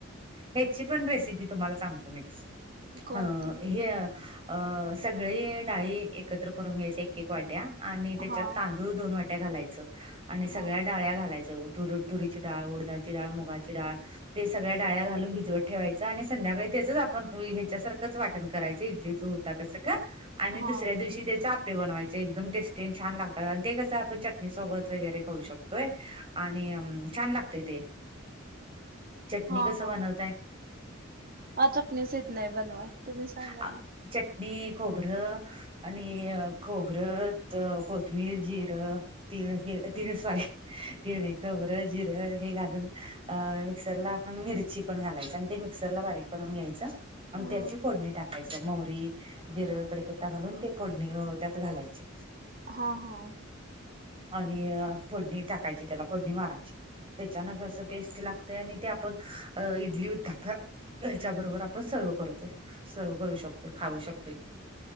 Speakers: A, on the right; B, on the right.
A: हेचि पण रेसिपी तुम्हाला सांगतो मी,
B: कोणती
A: अं हे अ स सगळी डाळी एकत्र करून घ्यायच एक एक वाट्या, आणि त्याच्यात
B: हा
A: तांदूळ दोन वाट्या घालायचं, आणि
B: हा
A: सगळ्या डाळ्या घालायचं, तूर तुरीची डाळ, उडदाची डाळ, मुगाची डाळ, ते सगळ्या डाळ्या घालून भिजवत ठेवायचं, आणि संध्याकाळी त्याचच आपण ह्याच्यासारखंच वाट करायचं, इडलीचा ऊत्ताप्याच तसं गं, आणि
B: हा
A: दुसऱ्या दिवशी त्याचं अप आप्पे बनवायचे, एकदम टेस्टी आणि छान लागतात, आणि ते कसं आपण चटणी वगैरे सोबत खाऊ शकतोय. आणि छान लागतय ते. चटणी
B: हा
A: कसं
B: हा,
A: बनवताय
B: मला चटणीच येत नाय बनवाय, तुम्ही सांगा
A: आ-
B: ना.
A: चटणी खोबरं आणि खोबरंत, कोथबिर, जिरं, तिळ हे सॉरी तिळ नाही, खोबरं जिरं हे घालून अ मिक्सर ला मिरची मिरची पण घालायचं, अन ते मिक्सरला बारीक करून घ्यायचं, अन
B: हम्म
A: त्याची मव्हरी, जिरं, कडिपत्ता घालून ते फोडणी अ त्यात घालायचं.
B: हा हा.
A: आणि फोडणी टाकायची त्याला फोडणी मारायची. त्याच्यानं कसं टेस्ट लागतंय आणि ते आपण इडली उतापा- ह्याच्याबरोबर आपण सर्व करूतोय. सर्व करू शकतोय खाऊ शकतोय,